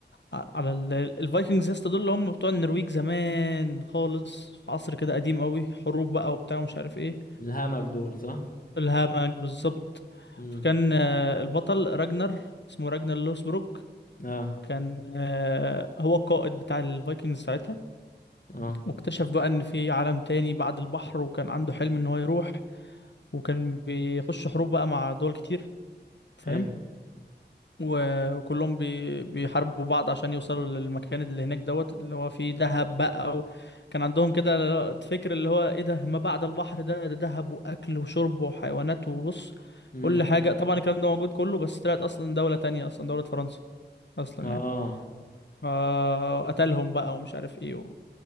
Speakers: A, on the left; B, on the left.
A: على على ال- الفايكنجز يا اسطى دول اللي هم بتوع النرويج زمان خالص في عصر كده قديم قوي حروب بقى وبتاع ومش عارف ايه
B: الهمج دول صح
A: الهامك بالظبط
B: امم
A: فكان آه، البطل راجنر اسمه راجنر لوسبروك
B: اه
A: كان آه، هو القائد بتاع الفايكنجز ساعتها
B: اه
A: واكتشف بقى ان في عالم تاني بعد البحر وكان عنده حلم ان هو يروح وكان بيخش حروب بقى مع دول كتير فاهم
B: حلو
A: و- وكلهم بي... بيحاربوا بعض عشان يوصلوا للمكان اللي هناك دوت اللي هو فيه دهب بقى و... كان عندهم كده فكر اللي هو ايه ده ما بعد البحر ده ده دهب واكل وشرب وحيوانات وبص
B: مم.
A: كل حاجة طبعا الكلام ده موجود كله بس طلعت اصلا دولة تانية اصلا دولة فرنسا اصلا
B: اه
A: يعني فقتلهم بقى ومش عارف ايه و...